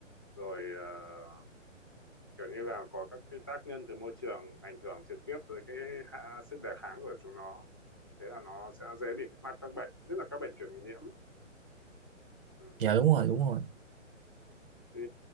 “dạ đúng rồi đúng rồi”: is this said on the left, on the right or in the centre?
Right